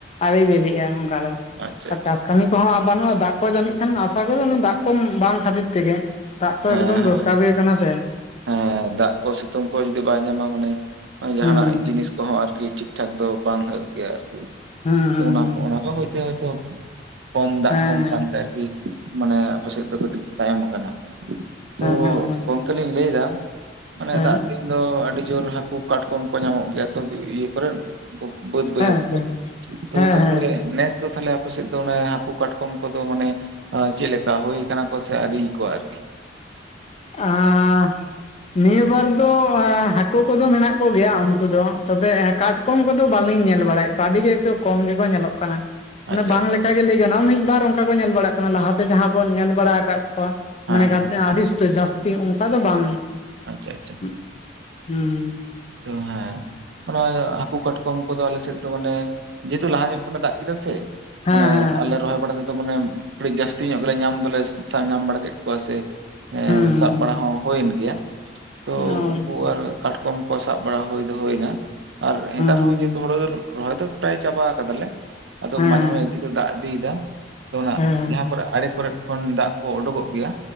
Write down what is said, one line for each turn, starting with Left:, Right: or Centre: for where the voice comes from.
Left: ᱟᱲᱮ ᱵᱤᱞᱤᱜᱼᱟ᱾ ᱚᱱᱠᱟ ᱫᱚ
Right: ᱟᱪᱪᱷᱟ
Left: ᱟᱨ
Right: ᱟᱪᱪᱷᱟ
Left: ᱪᱟᱥ ᱠᱟᱹᱢᱤᱼᱼ ᱦ ᱵᱟᱹᱱᱩᱜᱼᱟ ᱫᱟᱜ ᱠᱚ ᱡᱟᱹᱱᱤᱡ ᱠᱷᱟᱱ ᱟᱥᱟ ᱠᱚ ᱚᱱᱟ ᱫᱟᱜ ᱠᱚ ᱵᱟᱝ ᱠᱷᱟᱹᱛᱤᱨ ᱛᱮᱜᱮ᱾ ᱫᱟᱜ ᱛᱚ
Right: ᱦᱮᱸ
Left: ᱮᱠᱫᱚᱢ
Right: ᱦᱮᱸ
Left: ᱫᱚᱨᱠᱟᱨ ᱜᱮ ᱠᱟᱱᱟ ᱥᱮ᱾
Right: ᱦᱮᱸ ᱫᱟᱜ ᱠᱚ ᱥᱤᱛᱩᱝ ᱠᱚ ᱡᱩᱫᱤ ᱵᱟᱭ ᱧᱟᱢᱟ ᱢᱟᱱᱮ ᱡᱟᱦᱟᱱᱟᱜ
Left: ᱦᱩᱸ
Right: ᱡᱤᱱᱤᱥᱼᱼ ᱠᱚᱦᱚᱸ ᱟᱨᱠᱤ ᱴᱷᱤᱠ ᱴᱷᱟᱠ ᱫᱚ ᱵᱟᱝ ᱦᱩᱭᱩᱜ ᱜᱮᱭᱟ ᱟᱨᱠᱤ᱾
Left: ᱦᱩᱸ ᱦᱩᱸ
Right: ᱛᱚ ᱚᱱᱟ
Left: ᱦᱩᱸ
Right: ᱚᱱᱟ ᱠᱚ ᱦᱚᱭᱛᱮ ᱦᱚᱭᱛᱚ ᱠᱚᱢ ᱫᱟᱜ
Left: ᱦᱮᱸ
Right: ᱠᱚᱢ ᱠᱟᱱ ᱛᱟᱭ ᱟᱨᱠᱤᱼᱼ ᱢᱟᱱᱮ ᱟᱯᱮᱥᱮᱫ ᱫᱚ ᱠᱟᱹᱴᱤᱡ ᱛᱟᱭᱚᱢ ᱟᱠᱟᱱᱟ᱾ ᱛᱚ
Left: ᱦᱮᱸ ᱦᱮᱸ ᱦᱮᱸ
Right: ᱜᱚᱝᱠᱮ ᱞᱤᱧ ᱞᱟᱹᱭ ᱮᱫᱟ ᱢᱟᱱᱮ
Left: ᱦᱮᱸ
Right: ᱫᱟᱜ
Left: ᱦᱮᱸ
Right: ᱫᱤᱱᱼᱼ ᱫᱚ ᱟᱹᱰᱤ ᱡᱳᱨ ᱦᱟᱹᱠᱩ ᱠᱟᱴᱠᱚᱢ ᱠᱚ ᱧᱟᱢᱚᱜ ᱜᱮᱭᱟ ᱛᱚ ᱤᱭᱟᱹ ᱠᱚᱨᱮᱱ ᱩᱱᱠᱩᱼᱼ ᱵᱟᱹᱫᱽ ᱵᱟᱹᱭᱦᱟᱨ
Left: ᱦᱮᱸ ᱦᱮᱸ
Right: ᱛᱚ
Left: ᱦᱮᱸ ᱦᱮᱸ
Right: ᱱᱮᱥ ᱫᱚ ᱛᱟᱦᱮᱞᱮᱼᱼ ᱟ ᱥᱮᱫ ᱫᱚ ᱚᱱᱮ ᱦᱟᱹᱠᱩ ᱠᱟᱴᱠᱚᱢ ᱠᱚᱫᱚ ᱢᱟᱱᱮ ᱪᱮᱫᱠᱟ ᱦᱩᱭ ᱠᱟᱱᱟ ᱠᱚ ᱥᱮ ᱟᱹᱣᱨᱤᱭᱚ ᱟᱨᱠᱤ᱾
Left: ᱟ ᱱᱤᱭᱟᱹ ᱵᱟᱨ ᱫᱚ ᱦᱟᱹᱠᱩ ᱠᱚᱫᱚ ᱢᱮᱱᱟᱜ ᱠᱚᱜᱮᱭᱟ᱾ ᱩᱱᱠᱩ ᱫᱚ ᱛᱚᱵᱮ ᱠᱟᱴᱠᱚᱢ ᱠᱚᱫᱚ ᱵᱟᱟᱹᱞᱤᱧ ᱧᱮᱞ ᱵᱟᱲᱟᱭᱮᱫ ᱠᱚᱣᱟ ᱟᱹᱰᱤ ᱜᱮ ᱠᱚᱢ ᱜᱮᱠᱚ ᱧᱮᱞᱚᱜ ᱠᱟᱱᱟ᱾ ᱚᱱᱮ
Right: ᱟᱪᱪᱷᱟ
Left: ᱵᱟᱝᱠᱟᱜ
Right: ᱟᱪᱪᱷᱟ
Left: ᱜᱮ ᱞᱟᱹᱭ ᱜᱟᱱᱚᱜᱼᱟ ᱢᱤᱫᱵᱟᱨ ᱚᱱᱠᱟ ᱠᱚ ᱧᱮᱞ ᱵᱟᱲᱟᱜ ᱠᱟᱱᱟ ᱞᱟᱦᱟᱛᱮ ᱡᱟᱦᱟᱸ ᱵᱚᱱ ᱧᱮᱞ ᱵᱟᱲᱟ ᱟᱠᱟᱫ ᱠᱚᱣᱟ᱾
Right: ᱦᱮᱸ
Left: ᱢᱟᱱᱮ
Right: ᱦᱮᱸ
Left: ᱜᱟ ᱟᱹᱰᱤ ᱩᱛᱚ ᱡᱟᱹᱥᱛᱤ ᱚᱱᱠᱟ ᱫᱚ ᱵᱟᱝᱼᱼ
Right: ᱟᱪᱪᱷᱟ ᱟᱪᱪᱷᱟ
Left: ᱦᱩᱸ ᱦᱩᱸ
Right: ᱛᱚ ᱦᱮᱸ ᱢᱟᱱᱮ ᱦᱟᱹᱠᱩ ᱠᱟᱴᱠᱚᱢ ᱠᱚᱫᱚ ᱟᱞᱮᱥᱮᱫ ᱫᱚ ᱢᱟᱱᱮ ᱡᱮᱦᱮᱛᱩ ᱞᱟᱦᱟ ᱧᱚᱜ ᱠᱷᱚᱱᱮ ᱫᱟᱜ ᱠᱮᱫᱟ ᱥᱮ᱾
Left: ᱦᱮᱸ
Right: ᱢᱟᱱᱮ
Left: ᱦᱮᱸ
Right: ᱟᱞᱮ ᱨᱚᱦᱚᱭ ᱵᱟᱲᱟ ᱛᱮ᱾ ᱢᱟᱱᱮ ᱟᱹᱰᱤ ᱡᱟᱹᱥᱛᱤ ᱧᱚᱜ ᱜᱮᱞᱮ ᱧᱟᱢ ᱫᱚᱞᱮ ᱥᱟᱵ ᱧᱟᱢ ᱵᱟᱲᱟ ᱠᱮᱫ ᱠᱚᱣᱟ ᱥᱮ
Left: ᱦᱩᱸ
Right: ᱥᱟᱵ ᱵᱟᱲᱟ ᱦᱚᱸᱼᱼ ᱦᱩᱭᱮᱱ ᱜᱮᱭᱟ ᱛᱚ
Left: ᱦᱩᱸ
Right: ᱩᱱᱠᱩ ᱟᱨ ᱠᱟᱴᱠᱚᱢ ᱠᱚ ᱥᱟᱵ ᱵᱟᱲᱟ ᱦᱩᱭ ᱫᱚ ᱦᱩᱭᱱᱟ᱾ ᱟᱨ ᱱᱮᱛᱟᱨ
Left: ᱦᱩᱸ ᱦᱩᱸ
Right: ᱦᱚᱸᱚᱸ ᱡᱮᱦᱩᱛᱩ ᱫᱚ ᱨᱚᱦᱚᱭ ᱫᱚ ᱯᱨᱟᱭ ᱪᱟᱵᱟ ᱠᱟᱫᱟᱞᱮ
Left: ᱦᱮᱸ
Right: ᱢᱟᱡᱷᱮ ᱢᱟᱡᱷᱮ ᱡᱮᱦᱮᱛᱩ ᱫᱟᱜᱼᱼ ᱤᱫᱤᱭᱮᱫᱟ ᱛᱚ ᱚᱱᱟ
Left: ᱦᱮᱸ
Right: ᱡᱟᱦᱟᱸ ᱠᱚᱨᱮ ᱟᱲᱮ ᱠᱚᱨᱮᱫ ᱠᱷᱚᱱ ᱫᱟᱜ ᱠᱚ ᱩᱰᱩᱠᱚᱜ ᱜᱮᱭᱟᱼᱼ